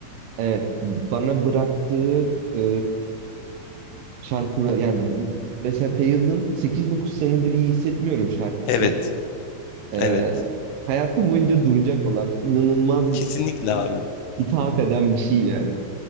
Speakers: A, on the right; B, on the left.
A: evet bana bıraktığı e, şarkılar yani mesela Feyyaz'ın 8-9 senedir iyi hissetmiyorum şarkısı.
B: Evet.
A: Ee,
B: Evet.
A: hayatım boyunca duracak olan inanılmaz
B: Kesinlikle
A: iyi
B: abi.
A: hitap eden bir şey yani.